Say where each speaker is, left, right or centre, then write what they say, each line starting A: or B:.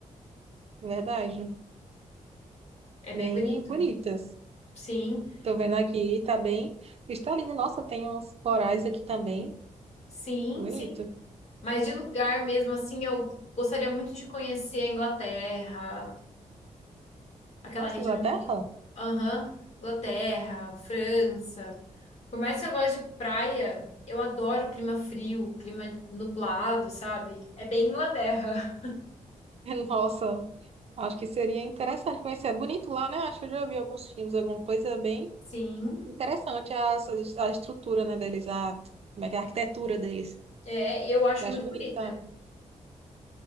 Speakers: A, on the right (about 50°); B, on the left (about 55°).
A: Verdade.
B: É
A: Bem
B: bem bonito.
A: bonitas.
B: Sim,
A: Tô vendo aqui, tá bem cristalina. Nossa, tem uns corais aqui também.
B: sim,
A: Bonito.
B: sim. Mas de lugar mesmo assim, eu gostaria muito de conhecer a Inglaterra, aquela
A: Nossa,
B: região
A: Inglaterra?
B: ali de. Aham, Inglaterra, França. Por mais que eu goste de praia, eu adoro o clima frio, clima nublado, sabe? É bem Inglaterra.
A: <laughs> Nossa, acho que seria interessante conhecer. É bonito lá, né? Acho que eu já vi alguns filmes, alguma coisa bem
B: <laughs> Sim,
A: interessante. As as- a estrutura, né, deles, a, como é que é a arquitetura deles.
B: é, eu acho
A: Eu
B: muito
A: acho bonita.
B: bonita.